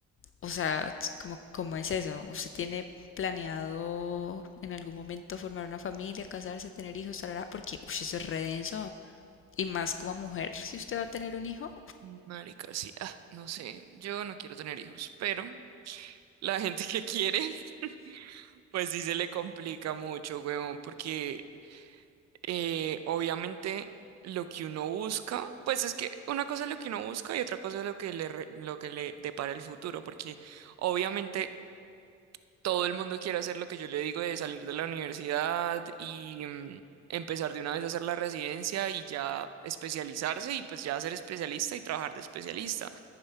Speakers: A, on the left (about 45°); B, on the right (about 60°).
A: o sea, como, cómo es eso? ¿Usted tiene planeado en algún momento formar una familia, casarse, tener hijos, tarara? Porque, uy, eso es re denso. Y más como mujer, si usted va a tener un hijo,
B: Mm, Marica, sí, ah, no sé, yo no quiero tener hijos, pero la gente que quiere, <laughs> pues sí se le complica mucho, huevón, porque eh, obviamente lo que uno busca, pues es que una cosa es lo que uno busca y otra cosa es lo que le, re- lo que le depara el futuro, porque obviamente todo el mundo quiere hacer lo que yo le digo de salir de la universidad y mm, empezar de una vez a hacer la residencia y ya especializarse y pues ya ser especialista y trabajar de especialista.